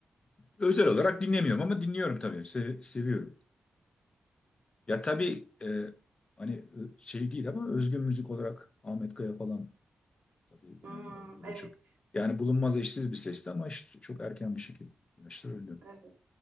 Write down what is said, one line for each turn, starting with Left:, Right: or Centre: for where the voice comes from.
Left: özel olarak dinlemiyorum ama dinliyorum tabii. Se- seviyorum. Ya tabii e, hani e, şey değil ama özgün müzik olarak Ahmet Kaya falan tabii
Right: Hmm,
Left: yani o, o
Right: evet,
Left: da çok. Yani bulunmaz eşsiz bir sesti ama işte çok erken bir şekilde yaşta öldü.
Right: evet,